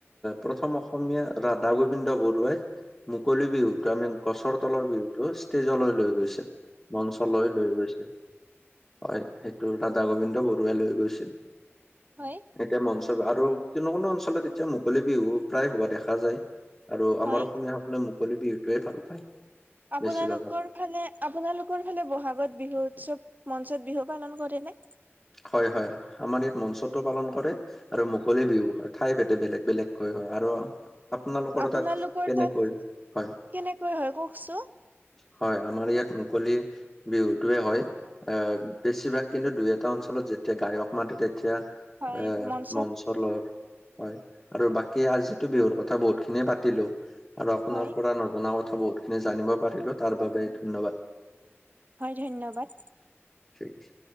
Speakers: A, on the left; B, on the right.
A: প্ৰথম অসমীয়া ৰাধা গোবিন্দ বৰুৱাই মুকললি বিহু তো আমি গছৰ তলৰ বিহুতটো ষ্টেজলৈ লৈ গৈছিল। মঞ্চলৈ লৈ গৈছিল। হয় সেইটো ৰাধা গোবিন্দ বৰুৱাই লৈ গৈছিল।
B: হয়।
A: এতিয়া মঞ্চ আৰু কোনো কোনো অঞ্চলত এতিয়া মুকলি বিহু প্ৰায় হোৱা দেখা যায়। আৰু আমাৰ
B: হয়
A: অসমীয়াসকলে মুকলি বিহুটোৱে ভাল পায়।
B: আপোনালোকৰ
A: বেছিভাগ
B: ফালে আপোনালোকৰ ফালে বহাগত বিহু উৎসৱ মঞ্চত বিহু পালন কৰেনে?
A: হয়-হয় আমাৰ ইয়াত মঞ্চটো পালন কৰে, আৰু মুকলি বিহু হয়। ঠাই ভেদে বেলেগ বেলেগকৈ হয়। আৰু আপোনালোকৰ
B: আপোনালোকৰ
A: তাত কেনেকৈ
B: তাত
A: হয়।
B: কেনেকৈ হয় কওকচোন
A: হয়, আমাৰ ইয়াত মুকলি বিহুতয়ে হয়, বেছিভাগ কিন্তু দুই এটা অঞ্চল যেতিয়া গায়ক মাতো তেতিয়া
B: হয়
A: এ
B: মঞ্চত
A: ম লৰ হয়, আৰু বাকী আজিতো বিহুৰ কথা বহুত খিনিয় পাতিলো আৰু আপোনাৰ
B: হয়
A: পৰা নজনা কথা বহুতখিনি জানিব পাৰিলোঁ। তাৰ বাবে ধন্যবাদ।
B: হয় ধন্যবাদ।
A: ঠিক আছে।